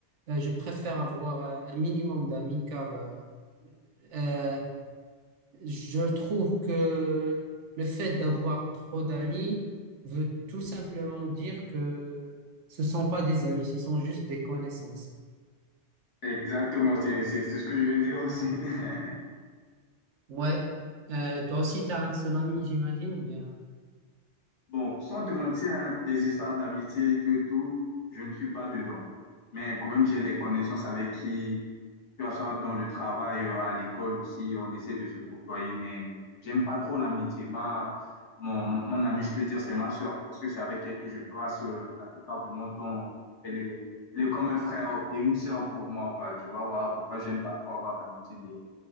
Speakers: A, on the right; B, on the left.
A: Euh, je préfère avoir euh, un minimum d'amis car euh, euh, je trouve que le fait d'avoir trop d'amis veut tout simplement dire que ce sont pas des amis, ce sont juste des connaissances.
B: Exactement, c'est c'est- c'est ce que je veux dire aussi. <laughs>
A: Ouais. Euh, toi aussi, tu as un seul ami, j'imagine, ou bien...
B: Bon, sans te mentir, hein, des histoires d'amitié, tout et tout, je ne suis pas dedans. Mais quand même, j'ai des connaissances avec qui, tu vois ça, dans le travail, euh, à l'école aussi, on essaie de se côtoyer. Mais j'aime pas trop l'amitié. Ma, mon, mon, mon amie, je peux dire, c'est ma sœur, parce que c'est avec elle que je passe euh, la plupart de mon temps. Elle est, elle est comme un frère et une sœur pour moi, quoi. Tu vois, voilà pourquoi j'aime pas trop avoir d'amitié d'ailleurs.